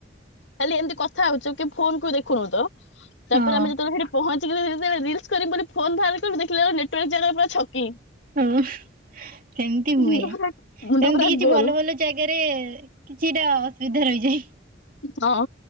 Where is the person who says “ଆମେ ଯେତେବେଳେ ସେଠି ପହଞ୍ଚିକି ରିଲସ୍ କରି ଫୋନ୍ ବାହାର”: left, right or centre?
Left